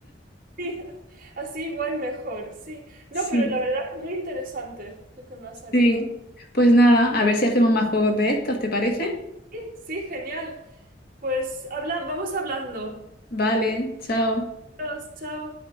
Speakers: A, on the right; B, on the left.
A: Sí, <laughs> así igual mejor, sí. No,
B: Sí.
A: pero la verdad es muy interesante lo que me ha salido.
B: Sí, pues nada, a ver si hacemos más juegos de estos, ¿te parece?
A: Sí, sí, genial. Pues habla, vamos hablando.
B: Vale, chao.
A: Adiós, Chao.